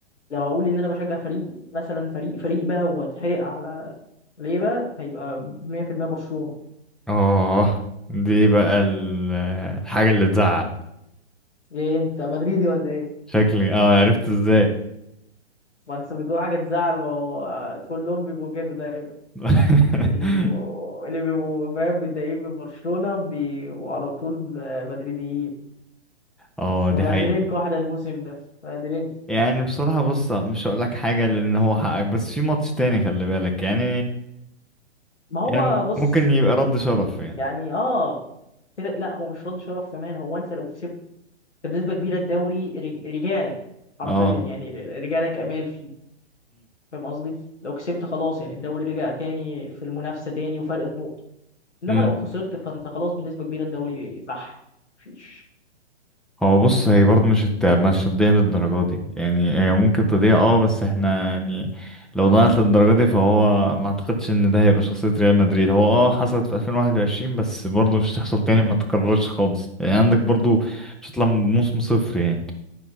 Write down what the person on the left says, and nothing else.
لو هقول ان انا بشجع فريق مثلا فريق فريق بقى واتحرق على ليه بقى هيبقى 100% برشلونه
ايه انت مدريدي ولا ايه
ما انت بتقول حاجة تزعل ما هو كلهم بيبقوا كده دايما
اللي بيبقوا اللي بيبقوا فاهم متضايقين من برشلونة بيبقوا على طول آه، مدريديين
مبهدلينكوا
احنا الموسم ده مبهدلين
ما هو
بص
يعني اه كده لا هو مش رد شرف كمان هو انت لو كسبت انت بنسبه كبيره الدوري رج- رجع لك حرفيا
يعني رجع لك امال فيه فاهم قصدي؟ لو كسبت خلاص يعني الدوري رجع تاني في المنافسه تاني وفرق نقط انما
لو خسرت فانت خلاص بنسبه كبيره الدوري بح مفيش